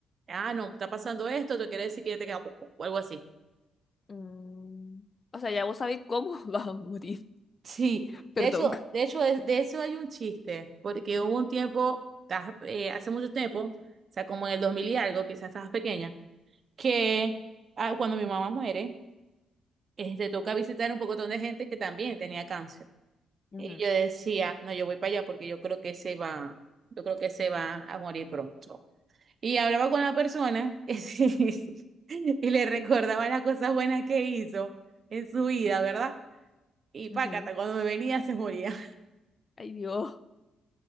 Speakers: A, on the right; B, on the left.
A: ah, no, está pasando esto, te quiere decir que ya te queda poco o algo así. <laughs>
B: Mm, o sea, ya vos sabés cómo <laughs> vas a morir.
A: Sí,
B: <laughs> Perdón.
A: de hecho, de hecho, es- de eso hay un chiste, porque hubo un tiempo, estás, eh, hace mucho tiempo, o sea, como en el 2000 y algo, quizás estabas pequeña. que ah, cuando mi mamá muere, eh, te toca visitar un pocotón de gente que también tenía cáncer.
B: Ujú,
A: Y yo decía, no, yo voy para allá porque yo creo que se va, yo creo que se va a morir pronto. Y hablaba con la persona <laughs> y le recordaba las cosas buenas que hizo en su vida, ¿verdad? Y
B: ujú.
A: pácata, cuando me venía se moría.
B: Ay, Dios.